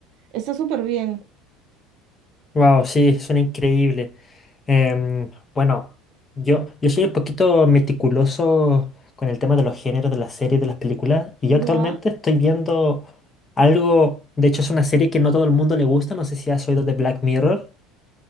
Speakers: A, on the right (about 50°); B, on the left (about 15°).
A: Está súper bien.
B: Wow, sí, son increíbles. Em, bueno, yo, yo soy un poquito meticuloso con el tema de los géneros de las series, de las películas, y
A: Ya,
B: yo actualmente estoy viendo algo, de hecho es una serie que no todo el mundo le gusta, no sé si has oído de Black Mirror.